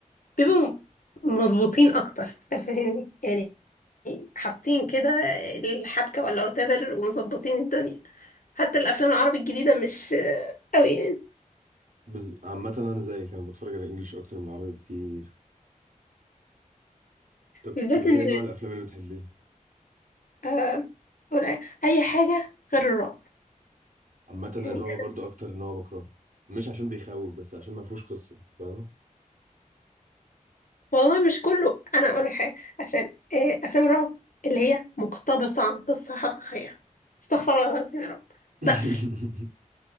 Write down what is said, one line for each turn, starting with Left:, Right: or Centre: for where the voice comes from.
Left: بيبقوا مظبوطين اكتر فاهمني يعني حاطين كده الحبكه ولا whatever ومظبطين الدنيا حتى الافلام العربي الجديده مش آه، قوي يعني
Right: بز... عامه انا زيك انا بتفرج على الانجليش اكتر من العربي بكتير طب
Left: بالذات
Right: طب ايه
Left: ان
Right: نوع الافلام اللي بتحبيها
Left: آه، ولا اي أي حاجه غير الرعب
Right: عامه الرعب
Left: يعني
Right: برضو اكتر نوع بكرهه مش عشان بيخوف بس عشان ما فيهوش قصه فاهمه
Left: والله مش كله انا اقول لك حاجه عشان آه، افلام الرعب اللي هي مقتبسه عن قصه حقيقيه استغفر الله العظيم يا رب
Right: <laughs>
Left: بقفل